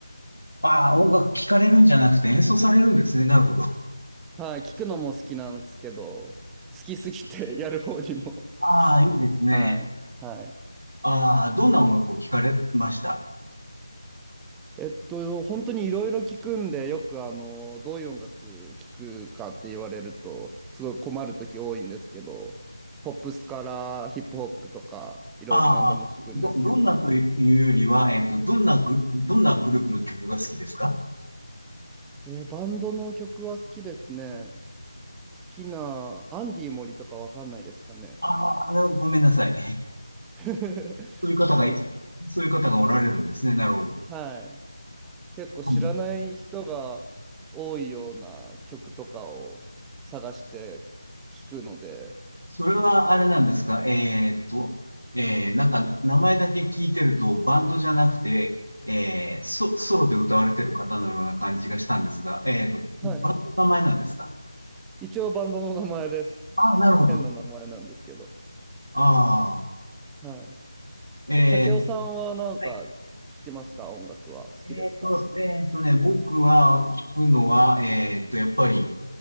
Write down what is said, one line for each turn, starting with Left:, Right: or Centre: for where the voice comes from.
Right: ああ、音楽聴かれるんじゃなくて演奏されるんですね。なるほど。
Centre: はい、聞くのも好きなんですけど、好きすぎて <laughs> やる方にも。
Right: ああ、いいですね。
Centre: はい、はい。
Right: ああ、どんな音楽を聴かれました
Centre: えっと、本当にいろいろ聞くんで、よくあの、どういう音楽聞くかって言われると、すごい困る時多いんですけど、ポップスからヒップホップとか、いろいろ何でも聞くんですけど、
Right: ああ、ど、どんなというよりは、えっと、どんなグ、どんなグループの曲が好きですか
Centre: えーバンドの曲は好きですね。好きな、アンディ森とかわかんないですかね。
Right: ああ、ごめんなさい。<laughs>
Centre: <laughs>
Right: そういう方がい、
Centre: そう、
Right: そういう方がおられるんですね。なるほど。
Centre: はい。結構知らない人が多いような曲とかを探して聞くので、
Right: はいそれはあれなんですかえーっと、えー、なんか名前だけ聞いてるとバンドじゃなくて、えー、ソ、ソロで歌われてる方のような感じがしたんですが、えーっと、
Centre: はい
Right: バンドの名前なんですか
Centre: 一応バンドの名前です。
Right: ああー、なるほど。
Centre: 変な名前なんですけど。
Right: ああ、
Centre: はい。
Right: えー、
Centre: で竹雄さんはなんか聞きますか音楽は。
Right: はい
Centre: 好きですか
Right: えーっと、えーっとね、僕は聞くのは、えーっと、やっぱり、